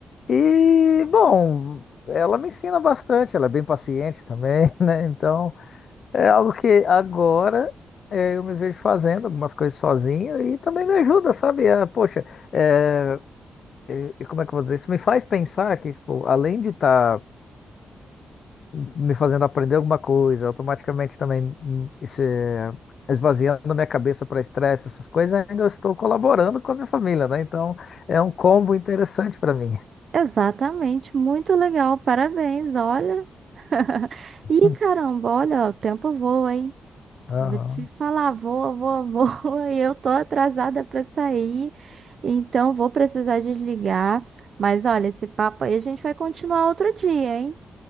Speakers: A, on the left; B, on the right.
A: E, bom, ela me ensina bastante, ela é bem paciente também, <laughs> né? Então, é algo que agora eh, eu me vejo fazendo algumas coisas sozinho e também me ajuda, sabe? Ah, poxa, eh, e como é que eu vou dizer? Isso me faz pensar que, tipo, além de estar me fazendo aprender alguma coisa, automaticamente também hum, isso é, esvaziando minha cabeça para estresse, essas coisas, ainda eu estou colaborando com a minha família, né? Então é um combo interessante para mim.
B: Exatamente, muito legal. Parabéns, olha. <laughs>
A: <laughs>
B: Ih, caramba, olha, o tempo voa, hein?
A: Aham.
B: Vou te falar, voa, voa, <laughs> voa, e eu tô atrasada para sair, então vou precisar desligar. Mas olha, esse papo aí a gente vai continuar outro dia, hein?